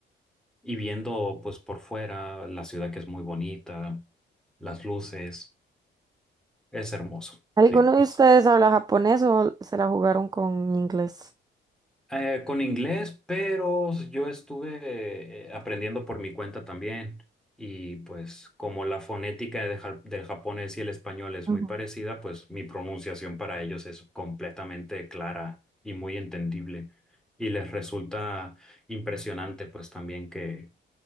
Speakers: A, in the centre; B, on the right.
A: y viendo pues por fuera la ciudad que es muy bonita, las luces, es hermoso,
B: ¿Alguno
A: sí.
B: de ustedes habla japonés o se la jugaron con inglés?
A: Eh, con inglés, pero yo estuve eh, aprendiendo por mi cuenta también. Y pues como la fonética de ja- del japonés y el español es
B: Ujú.
A: muy parecida, pues mi pronunciación para ellos es completamente clara y muy entendible. Y les resulta impresionante pues también que,